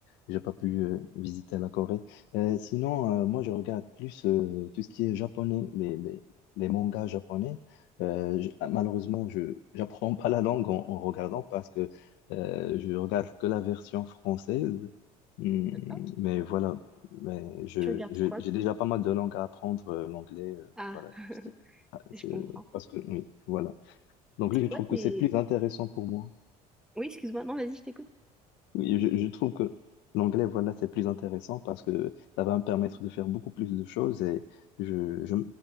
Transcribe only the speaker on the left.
j'ai pas pu euh, visiter la Corée. Euh, sinon, euh, moi, je regarde plus euh, tout ce qui est japonais, les, les, les mangas japonais. Euh, je- ah, malheureusement, je j'apprends pas la langue en, en regardant parce que euh, je regarde que la version française. Hmm,
mais voilà, mais je,
je-
j'ai déjà pas mal de langues à apprendre, euh, l'anglais, euh,
voilà.
Si- ah,
c'est-
Parce que, oui, voilà. Donc,
lui, je
trouve
que c'est plus intéressant pour moi.
Oui, je, je trouve que l'anglais, voilà, c'est plus intéressant parce que ça va me permettre de faire beaucoup plus de choses et je, je,